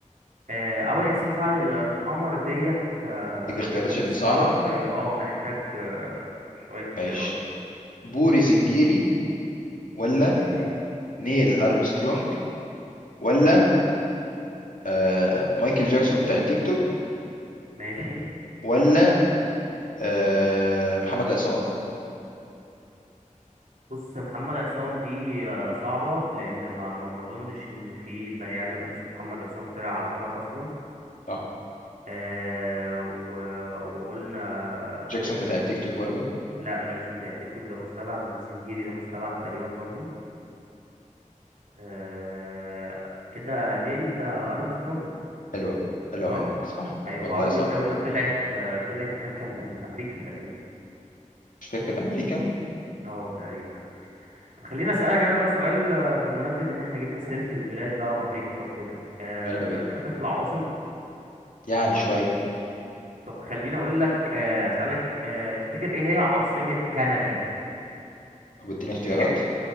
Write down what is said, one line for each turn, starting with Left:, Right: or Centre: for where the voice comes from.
Right: آه، اول انسان صعد ال- القمر ديت آه،
Left: دي اختيارات
Right: يعني دي
Left: عشان
Right: صعبة
Left: دي صعبه
Right: شوية اه محتاج آه، شوية اختيارات
Left: ماشي بوري زنجيري ولا
Right: ماشي
Left: نيل ارمسترونج ولا
Right: ماشي
Left: آه مايكل جاكسون بتاع التيك توك
Right: ماشي
Left: ولا آه محمد عصام
Right: بص محمد عصام دي آه، صعبة لأن ما ما ما أظنش إن في بني آدم اسمه محمد عصام طلع على القمر أصلا
Left: صح
Right: آه و... وقلنا
Left: جاكسون
Right: آه
Left: بتاع التيك
Right: إز...
Left: توك برضو
Right: لا جاكسون بتاع التيك توك ده مستبعد والزنجيري ده مستبعد تقريبا برضو آه كده نيل آه، أرمسترونج
Left: حلوة حلوة
Right: اه
Left: منك صح
Right: أيوة
Left: والله
Right: أول
Left: صح
Right: دولة طلعت آه، طلعت هناك كانت الأمريكا تقريبا
Left: مش فاكر أمريكا
Right: اه تقريبا أمريكا طب خليني أسألك أنا بقى سؤال آه، بمناسبة إن إحنا جبنا سيرة البلاد بقى وأمريكا وكده آه
Left: يلا بينا
Right: آه، شاطر في العواصم
Left: يعني شوية
Right: طب خليني أقول لك آه أسألك آه تفتكر إيه هي عاصمة كندا
Left: أو اديني اختيارات
Right: تحب